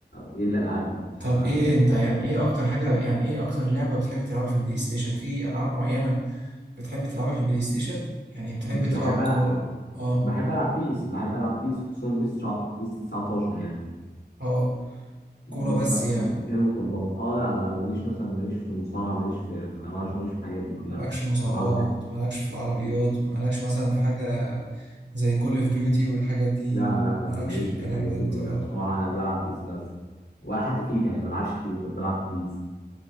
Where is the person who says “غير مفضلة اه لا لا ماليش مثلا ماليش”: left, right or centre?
Left